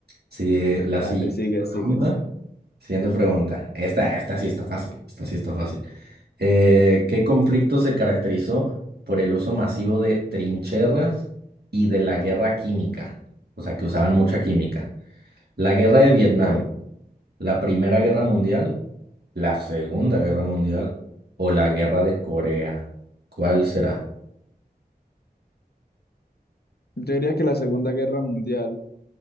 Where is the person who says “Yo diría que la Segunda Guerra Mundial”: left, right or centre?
Left